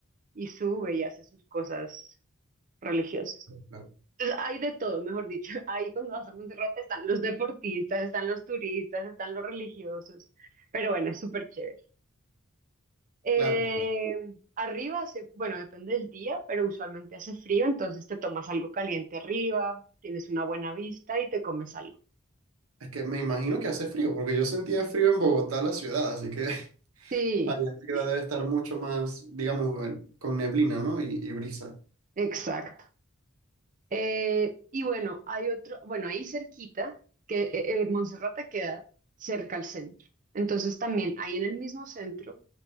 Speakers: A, on the right; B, on the right.
A: y sube y hace sus cosas religiosas.
B: Claro,
A: Entonces, Hay de todo, mejor dicho. <laughs> Ahí cuando vas a Monserrate están los deportistas, están los turistas, están los religiosos. Pero bueno, es súper chévere. Eh,
B: claro, claro.
A: arriba hace, bueno, depende del día, pero usualmente hace frío, entonces te tomas algo caliente arriba, tienes una buena vista y te comes algo.
B: Es que me imagino que hace frío, porque yo sentía frío en Bogotá, la ciudad, así que <laughs>
A: Sí,
B: allá arriba
A: sí,
B: debe estar mucho más, digamos, bueno, con neblina, ¿no? Y, y brisa.
A: exacto. Eh, y bueno, hay otro, bueno, ahí cerquita, que eh, eh, Monserrate queda cerca al centro. Entonces también ahí en el mismo centro